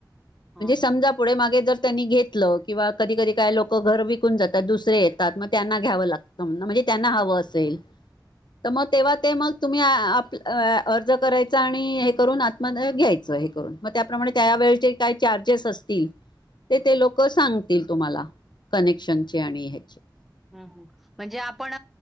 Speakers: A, in the centre; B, on the left (about 75°).
A: हा
B: म्हणजे समजा
A: हा
B: पुढे मागे जर त्यांनी घेतलं. किंवा कधी कधी काय लोकं घर विकून जातात दुसर येतात मग त्यांना घ्यावं लागतं म्हणजे त्यांना हवं असेल. तर मग तेव्हा ते मग तुम्ही आप अर्ज करायचा आणि हे करून म घ्यायचं हे करून मग त्याप्रमाणे त्यावेेळेचे काही चार्जेस असतील ते ते लोक सांगतील तुम्हाला कनेक्शनचे आणि हे
A: हम् हम म्हणजे आपण